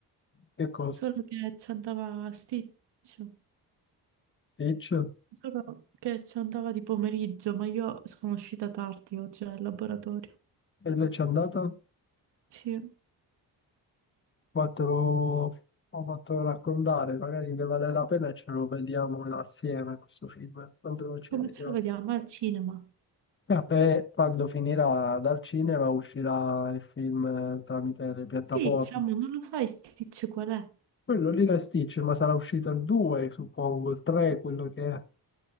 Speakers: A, on the left; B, on the right.
A: che cosa?
B: solo che ci andava a Stitch,
A: Ditch? E
B: solo che ci andava di pomeriggio, ma io sono uscita tardi oggi al laboratorio.
A: lei c'è andata?
B: Sì,
A: Fatelo, ho fatto raccontare, magari ne vale la pena e ce lo vediamo assieme questo film. Quando ci
B: come
A: vediamo?
B: ce lo vediamo? Al cinema.
A: Ah, E quando finirà dal cinema uscirà il film eh, tramite le piattaforme.
B: Stitch, amore, non lo fai Stitch qual è?
A: Quello lì era Stitch, ma sarà uscito il 2, suppongo, il 3, quello che è.